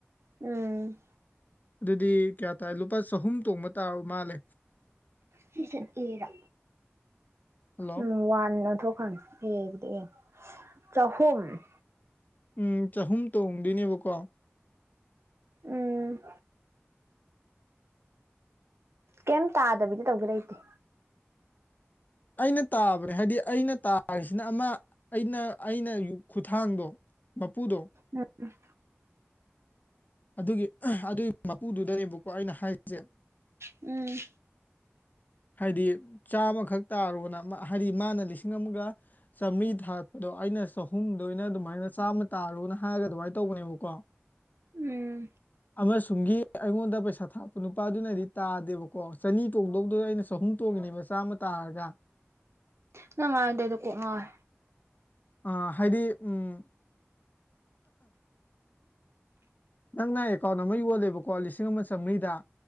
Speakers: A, on the right; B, on the left.
A: ꯎꯝ
B: ꯑꯗꯨꯗꯤ ꯀꯌꯥ ꯇꯥꯔꯦ ꯂꯨꯄꯥ ꯆꯍꯨꯝ ꯇꯣꯡꯕ ꯇꯥꯎ ꯃꯥꯂꯦ
A: ꯁꯤꯁꯦ ꯑꯦꯔꯥ
B: ꯍꯜꯂꯣ
A: ꯎꯝ ꯋꯥꯟ ꯑꯣꯟꯊꯣꯛꯈ꯭ꯔꯃꯦ <unintelligible> ꯆꯍꯨꯝ
B: ꯎꯝ ꯆꯍꯨꯝ ꯇꯣꯡꯗꯣꯏꯅꯦꯕꯀꯣ
A: ꯎꯝ ꯀꯩꯝ ꯇꯥꯗꯕꯤꯗ ꯇꯧꯒꯦ ꯂꯩꯇꯦ
B: ꯑꯩꯅ ꯇꯥꯕꯅꯦ ꯍꯥꯏꯗꯤ ꯑꯩꯅ ꯇꯥꯔꯤꯁꯤꯅ ꯑꯃꯥ ꯑꯩꯅ ꯑꯩꯅ ꯌꯨ ꯈꯨꯊꯥꯡꯗꯣ ꯃꯄꯨꯗꯣ
A: ꯎꯝ
B: ꯑꯗꯨꯒꯤ ꯑꯗꯨꯒꯤ ꯃꯄꯨꯗꯨꯗꯅꯦꯕꯀꯣ ꯑꯩꯅ ꯍꯥꯏꯁꯦ
A: ꯎꯝ
B: ꯍꯥꯏꯗꯤ ꯆꯥꯝꯃꯈꯛ ꯇꯥꯔꯣꯅ ꯍꯥꯏꯗꯤ ꯃꯥꯅ ꯂꯤꯁꯤꯡ ꯑꯃꯒ ꯆꯥꯝꯃꯔꯤ ꯊꯥꯔꯛꯄꯗꯣ ꯑꯩꯅ ꯆꯍꯨꯝꯗ ꯑꯣꯏꯅ ꯑꯗꯨꯃꯥꯏꯅ ꯆꯥꯝꯃ ꯇꯥꯔꯨꯅ ꯍꯥꯏꯔꯒ ꯑꯗꯨꯃꯥꯏꯅ ꯇꯧꯕꯅꯦꯕꯀꯣ꯫
A: ꯎꯝ
B: ꯑꯃꯁ ꯇꯨꯡꯒꯤ ꯑꯩꯉꯣꯟꯗ ꯄꯩꯁꯥ ꯊꯥꯛꯄ ꯅꯨꯄꯥꯗꯨꯅꯗꯤ ꯇꯥꯗꯦꯕꯀꯣ ꯆꯅꯤ ꯇꯣꯡꯗꯧꯗꯗ ꯑꯩꯅ ꯆꯍꯨꯝ ꯇꯣꯡꯉꯤꯅꯦꯕ ꯆꯥꯝꯃ ꯇꯥꯔꯒ꯫
A: ꯅꯪ ꯉꯥꯡꯏꯗꯣ ꯑꯩꯗꯣ ꯀꯣꯛ ꯉꯥꯎꯋꯦ꯫
B: ꯑ ꯍꯥꯏꯗꯤ ꯎꯝ ꯅꯪꯅ ꯑꯦꯀꯥꯎꯟ ꯑꯃ ꯌꯣꯜꯂꯦꯕꯀꯣ ꯂꯤꯁꯤꯡ ꯑꯃ ꯆꯥꯝꯃꯔꯤꯗꯥ꯫